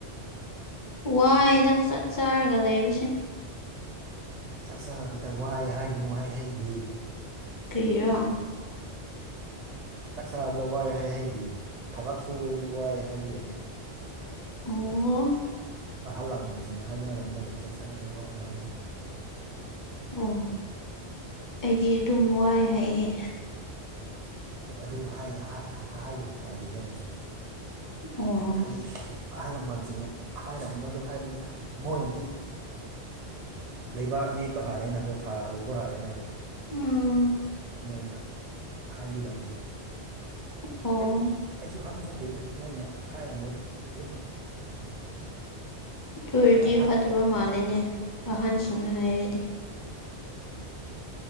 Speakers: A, on the left; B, on the right.
A: ꯋꯥꯏꯗ ꯆꯥꯛ ꯆꯥꯔꯒ ꯂꯩꯕꯁꯦ
B: ꯆꯥꯛꯆꯥꯕꯗ ꯋꯥꯏ ꯍꯥꯏꯒꯅꯨ ꯋꯥꯏ ꯍꯩꯔꯤ
A: ꯀ꯭ꯔꯤꯌꯣ
B: ꯆꯥꯛ ꯆꯆꯥꯕꯗ ꯋꯥꯏ ꯍꯥꯏ ꯍꯩꯇꯦꯕ ꯊꯕꯛ ꯁꯨꯕꯗꯗꯤ ꯋꯥꯏ ꯍꯥꯏꯕ ꯌꯥꯏ
A: ꯑꯣ
B: ꯑꯍꯜ ꯂꯃꯟꯁꯤꯡꯅ ꯍꯥꯏꯅꯔꯝꯕ ꯂꯩ ꯆꯥꯛ ꯆꯥꯕꯗ ꯋꯥꯏ ꯍꯥꯏꯒꯅꯣ ꯍꯥꯏ
A: ꯑꯣ ꯑꯩꯗꯤ ꯑꯗꯨꯝ ꯋꯥꯏ ꯍꯥꯏꯌꯦ
B: ꯑꯗꯨ ꯍꯥꯏ ꯍꯥꯏꯕꯗꯨ ꯐꯗꯤ ꯍꯥꯏꯌꯦꯕꯨ
A: ꯑꯣ
B: ꯍꯥꯏꯗꯤ ꯑꯍꯜ ꯂꯃꯟꯁꯤꯡꯅ ꯍꯥꯏꯔꯝꯕꯗ ꯍꯥꯏꯕꯅꯤꯗ ꯃꯣꯏꯅꯗꯤ ꯂꯩꯕꯥꯛ ꯅꯦꯠꯄ ꯍꯥꯜꯂꯦꯅꯀꯣ ꯊꯥ ꯎꯕ ꯍꯥꯜꯂꯦꯅꯀꯣ
A: ꯎꯝ
B: ꯃꯣꯏꯅ ꯍꯥꯏꯕꯤꯔꯝꯕꯗꯨ
A: ꯑꯣ
B: ꯑꯩꯁꯦ ꯑꯩꯁꯨ ꯈꯪꯕ ꯅꯠꯇꯦꯗ ꯃꯣꯏꯅ ꯍꯥꯏꯔꯝꯕꯗꯨ ꯑꯗꯨꯝ
A: ꯇ ꯑꯣꯏꯔꯗꯤ
B: ꯍꯥꯏ ꯍꯥꯏ
A: ꯐꯠꯇꯕ ꯃꯥꯜꯂꯦꯅꯦ ꯑꯍꯟꯁꯤꯡꯅ ꯍꯥꯏꯔꯗꯤ